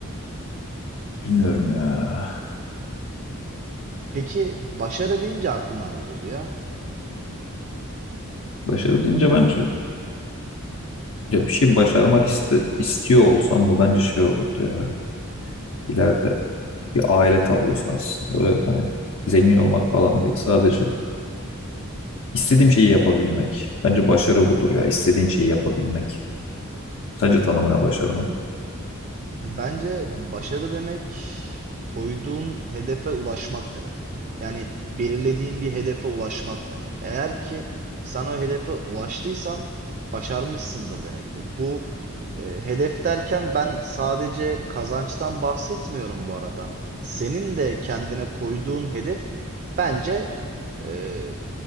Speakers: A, on the left; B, on the right.
A: bilmiyorum ya.
B: Peki başarı deyince aklına ne geliyor?
A: Başarı deyince bence ya bir şey başarmak iste, istiyor olsam bu bence şey olurdu ya. İleride bir aile tablosu aslında ve hani zengin olmak falan değil sadece istediğim şeyi yapabilmek. Bence başarı budur ya istediğin şeyi yapabilmek. Sence tanımına başarının?
B: Bence başarı demek koyduğun hedefe ulaşmak demek. Yani belirlediğin bir hedefe ulaşmak demek. Eğer ki sen o hedefe ulaştıysan başarmışsındır demektir. Bu e, hedef derken ben sadece kazançtan bahsetmiyorum bu arada. Senin de kendine koyduğun hedef bence e,